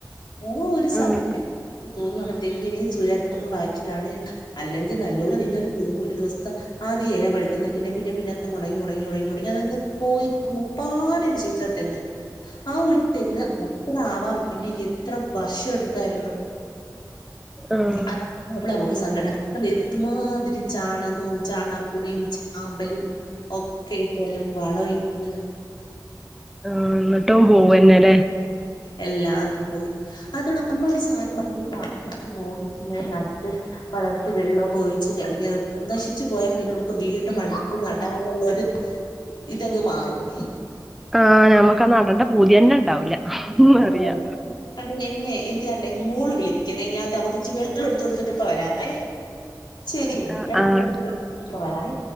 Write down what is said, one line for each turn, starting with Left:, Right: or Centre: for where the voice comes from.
Left: ഓ ഒരു സമയത്ത്
Centre: ആഹ്
Left: തോന്ന അവടെ തെങ്ങിന് സൂര്യ വായിച്ചിട്ടാണ് അല്ലെങ്കിൽ നല്ലോണം നിന്നൊരു പൂവ് ഒരു ദിവസത്തെ ആദ്യേ ഇല പഴുക്കുന്നു പിന്നെ പിന്നെ പിന്നെ ഉണങ്ങി ഉണങ്ങി ഉണങ്ങി ഉണങ്ങി അതങ്ങ് പോയി പ്പാടെ നശിച്ചാ തെങ്ങ് ആ ഒരു തെങ്ങ് അത്ര ആവാൻ വേണ്ടി എത്ര വർഷം എടുത്തായിരുന്നു
Centre: ആഹ് ആഹ്
Left: അത് ഉള്ളേ നമുക്ക് സങ്കടം എന്തുമാതിരി ചാണകവും ചാണാപ്പൊടിയും ചാമ്പലും ഒക്കെ ഇട്ട് വളം ഇട്ടു
Centre: ആഹ് എന്നിട്ടും പോവന്നെല്ലേ
Left: എല്ലാതും പോയി അതെ നമ്മളൊരു സാധനം ദാഹിച്ചു മോഹിച്ചു ഇങ്ങനെ നട്ട് വളർത്തി വെള്ളൊക്കെ ഒഴിച്ച് കഴിഞ്ഞ അത് നശിച്ചു പോയ പിന്നെ നമുക്ക് വീണ്ടും അടുത്ത് നടാനുള്ള ഒരു ഇതങ്ങ് മാറും
Centre: ആഹ്‌ നമക്ക് അത് നടെണ്ട പൂതി എന്നെ ഉണ്ടാവൂല
Left: ആഹ്
Centre: അറിയാ
Left: കണ്ടേ എന്നെ എനിക്ക് ദാണ്ടേ മോള് വിളിക്ക്ണേ ഞാൻ താ അവക്ക് ഇച്ചിരി വെള്ളം എടുത്ത് കൊടുത്തിട്ട് ഇപ്പ വരാവേ ശെരി
Centre: ആഹ്
Left: വെള്ളം
Centre: ആഹ്
Left: എട്ത്ത് കൊട്ത്ത്ട്ട് ഇപ്പ വരാവേ